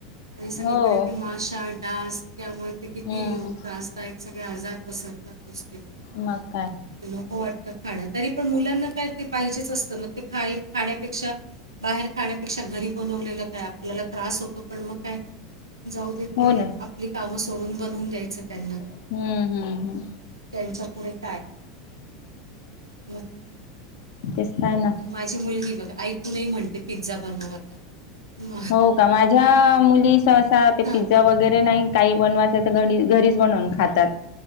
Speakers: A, on the right; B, on the left.
A: आणि सगळीकडे
B: हो
A: ते माशा, डास त्यामुळे ते किती
B: हम्म
A: त्रास दायक सगळे आजार पसरतात नुसते.
B: मग काय
A: नको वाटत खान तरी पण मुलांना काय ते पाहिजेच असतं मग ते खाय खाण्यापेक्षा बाहेर खाण्यापेक्षा घरी बनवलेलं काय आपल्याला त्रास होतो पण मग काय जाऊ देत
B: हो
A: ते
B: ना
A: आपली कामं सोडून बनवून द्यायचं त्यांना.
B: हम्म हम्म हम्म
A: त्यांच्या पुढे काय? मग
B: दिसतय ना.
A: माझी मुलगी बघा ऐकूनही म्हणते पिझ्झा बनव आता. म-
B: हो का माझ्या मुली सहसा ते
A: हा.
B: पिझ्झा वगैरे नाही काही बनवायचं तर घ घरीच बनवून खातात.